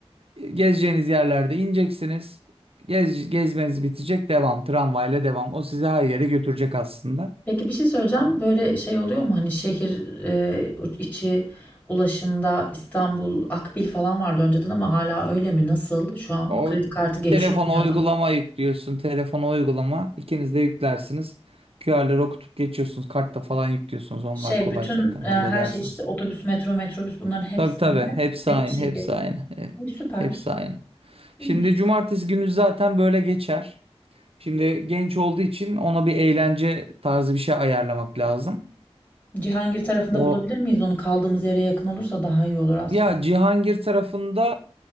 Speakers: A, on the right; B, on the left.
A: e, gezeceğiniz yerlerde ineceksiniz. Gez, gezmeniz bitecek. Devam. Tramvayla devam. O sizi her yere götürecek aslında.
B: Peki bir şey söyleyeceğim. Böyle şey oluyor mu? Hani şehir eee, içi ulaşımda İstanbul Akbil falan vardı önceden ama hala öyle mi? Nasıl şu an?
A: O
B: Kredi kartı geçiyor
A: telefona
B: mu ya
A: uygulama
B: da?
A: yüklüyorsun. Telefona uygulama. İkiniz de yüklersiniz. QR'ları okutup geçiyorsunuz. Kartta falan yüklüyorsunuz. Onlar
B: Şey
A: kolay
B: bütün
A: zaten.
B: e,
A: Halledersiniz.
B: her şey işte otobüs, metro, metrobüs bunların hepsinde
A: Tabii tabii. Hepsi
B: tek
A: aynı.
B: bir şey
A: Hepsi
B: gibi.
A: aynı. E,
B: İyi, süper.
A: Hepsi aynı.
B: İyiymiş.
A: Şimdi cumartesi günü zaten böyle geçer. Şimdi genç olduğu için ona bir eğlence tarzı bir şey ayarlamak lazım.
B: Cihangir tarafında
A: O
B: bulabilir miyiz onu? Kaldığımız yere yakın olursa daha iyi olur aslında.
A: ya Cihangir tarafında